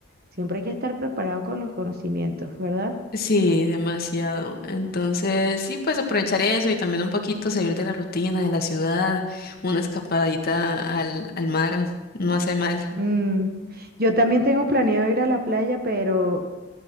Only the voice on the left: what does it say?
Sí, demasiado. Entonces, sí, pues aprovechar eso y también un poquito salir de la rutina, de la ciudad, una escapadita al, al mar, no hace mal.